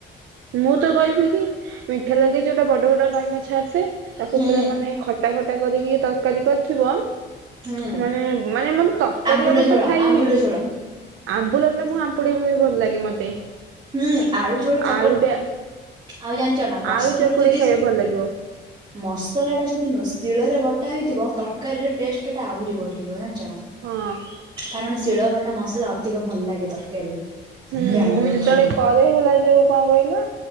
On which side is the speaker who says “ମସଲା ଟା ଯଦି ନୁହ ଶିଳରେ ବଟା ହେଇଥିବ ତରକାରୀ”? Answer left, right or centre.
Right